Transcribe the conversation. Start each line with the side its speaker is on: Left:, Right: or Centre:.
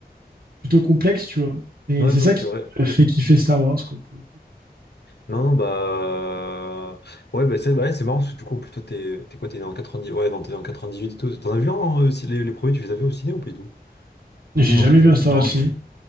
Right: plutôt complexe, tu vois. Et
Left: Ouais,
Right: c'est
Left: non,
Right: ça
Left: mais c'est
Right: qui
Left: vrai.
Right: fait kiffer Star Wars, quoi. pour le coup.
Left: Non, non, bah. Ouais, bah, c'est ouais, c'est marrant, parce que du coup, plutôt, t'es t'es quoi, t'es né en dix Ouais, non, t'es né en huit et tout. T'en as vu un, euh, si les, les premiers, tu les as vus au ciné ou pas du tout?
Right: J'ai
Left: Non,
Right: jamais
Left: t'as dû...
Right: vu un Star
Left: Non,
Right: Wars. film.
Left: non.